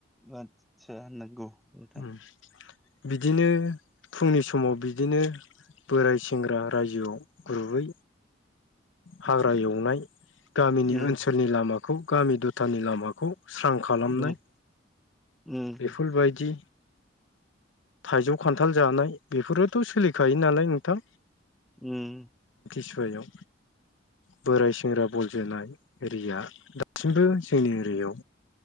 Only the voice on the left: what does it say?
ओम बिदिनो फुंनि समाव बिदिनो बोराय सेंग्रा रायजोआव ग्रुबै हाग्रा एवनाय गामिनि
ओनसोलनि लामाखौ गामि दथानि लामाखौ स्रां खालामनाय
बिफोर बायदि थाइजौ खान्थाल जानाय बेफोरोथ' सोलिखायो नालाय नोंथां
सुयाव बोराय सेंग्रा बल जोनाय एरिया दासिमबो जोंनि एरियायाव